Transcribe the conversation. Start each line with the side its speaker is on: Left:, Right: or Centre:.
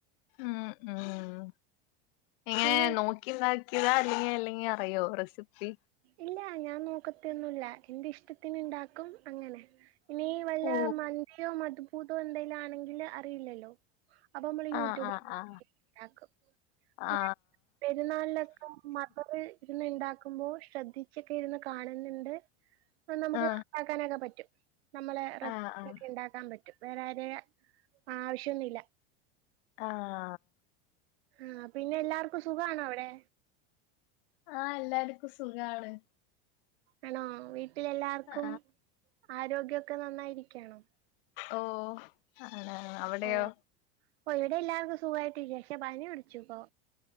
Left: ഉം ഉം എങ്ങനെ
Right: പിന്നെ
Left: നോക്കി നോക്കി ഇണ്ടാക്കിയതാ അല്ലെങ്കി അല്ലെങ്കി അറിയോ റെസിപ്പി?
Right: ഇല്ലാ ഞാൻ നോക്കത്തെയൊന്നുല്ല എന്റെ ഇഷ്ട്ടത്തിന് ഇണ്ടാക്കും അങ്ങനെ. ഇനി വല്ല
Left: ഓ
Right: മന്തിയോ, മത്‌ബൂത്തോ എന്തെങ്കിലാണെങ്കില് അറിയില്ലല്ലോ അപ്പൊ നമ്മള്
Left: ആ
Right: യൂട്യൂബിൽ
Left: ആ
Right: നോക്കി
Left: ആ
Right: ഇണ്ടാക്കും. പിന്നെ
Left: ആ
Right: പെ പെരുന്നാൾനൊക്കെ മദറ് ഇര്ന്ന് ഇണ്ടാക്കുമ്പോ ശ്രദ്ധിച്ചൊക്കെ ഇരുന്ന് കാണുന്നുണ്ട്. അപ്പൊ നമുക്ക്
Left: ആ
Right: ഇണ്ടാക്കാനൊക്കെ പറ്റും. നമ്മളെ റെസിപ്പിയിലൊക്കെ
Left: ആ ആ
Right: ഇണ്ടാക്കാൻ പറ്റും. വേറെ ആരെയും ആവിശ്യൊന്നുല്ല.
Left: ആഹ്
Right: ആഹ് പിന്നെ എല്ലാർക്കും സുഖാണോ അവ്ടെ?
Left: ആഹ് എല്ലാർക്കും സുഖാണ്.
Right: ആണോ? വീട്ടിലെല്ലാവർക്കും
Left: ആ
Right: ആരോഗ്യം ഒക്കെ നന്നായിരിക്കാണോ?
Left: ഓഹ് ആണ് ആണ് അവിടെയോ?
Right: ഓഹ് ഓഹ് ഇവിടെ എല്ലാവർക്കും സുഖായിട്ടിരിക്ക പക്ഷേ പനി പിടിച്ചു ഇപ്പോ